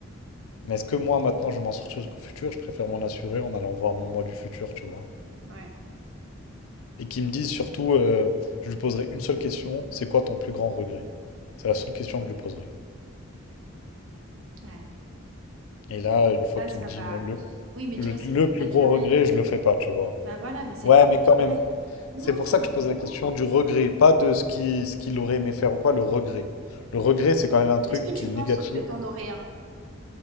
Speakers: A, on the left; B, on the right.
A: Mais est-ce que moi, maintenant, je vais m'en sortir jusqu'au futur? Je préfère m'en assurer en allant voir mon moi du futur, tu vois.
B: Ouais,
A: Et qui me dise surtout, euh, je lui poserai une seule question, c'est quoi ton plus grand regret? C'est la seule question que je lui poserai.
B: ouais.
A: Et là, une fois
B: Ça,
A: qu'il
B: ça
A: me dit
B: va.
A: moi, le,
B: Oui, mais
A: le,
B: tu vois,
A: le
B: c'est plus
A: plus
B: naturel.
A: gros regret, je le fais pas, tu vois.
B: Bah voilà, mais c'est
A: Ouais,
B: plus
A: mais quand
B: naturel.
A: même,
B: Non,
A: c'est pour ça que je pose la question
B: non.
A: du regret, pas de ce qui, ce qu'il aurait aimé faire ou quoi, le regret. Le regret, c'est quand même un truc
B: Est-ce que tu
A: qui est négatif.
B: penses que t'en aurais un?